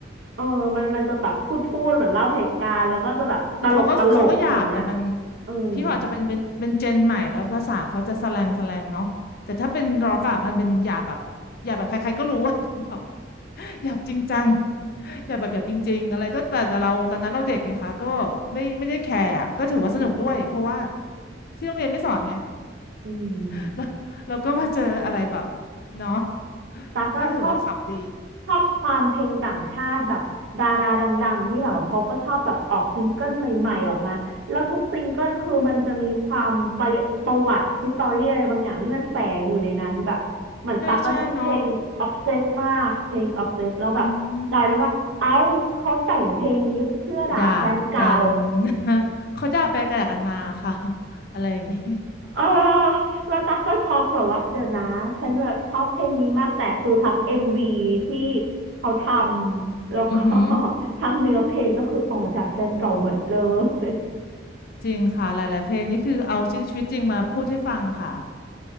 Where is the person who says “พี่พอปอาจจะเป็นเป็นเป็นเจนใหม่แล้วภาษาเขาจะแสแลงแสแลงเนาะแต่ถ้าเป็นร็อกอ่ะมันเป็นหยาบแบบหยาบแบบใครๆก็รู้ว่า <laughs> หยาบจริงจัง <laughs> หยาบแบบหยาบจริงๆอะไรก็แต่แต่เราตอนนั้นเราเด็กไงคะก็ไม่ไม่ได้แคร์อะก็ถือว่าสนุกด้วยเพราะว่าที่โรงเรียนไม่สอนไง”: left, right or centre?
Left